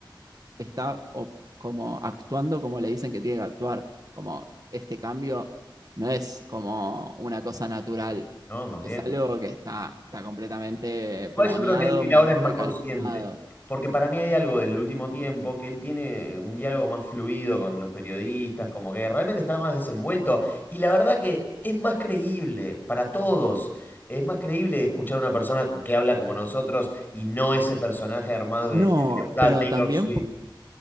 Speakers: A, on the right; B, on the left.
A: está o- como actuando como le dicen que tiene que actuar. Como este cambio no es como una cosa natural.
B: ¿no? Más bien.
A: Es algo que está, está completamente
B: Igual
A: planeado,
B: yo creo que él, él
A: medido
B: ahora es más
A: y
B: consciente,
A: calculado.
B: porque para mí hay algo del último tiempo que él tiene un diálogo más fluido con los periodistas, como que realmente está más desenvuelto y la verdad que es más creíble para todos. Es más creíble escuchar a una persona co- que habla como nosotros y no ese personaje armado que
A: No,
B: decía que le gustaba
A: pero
B: Taylor
A: también
B: Swift.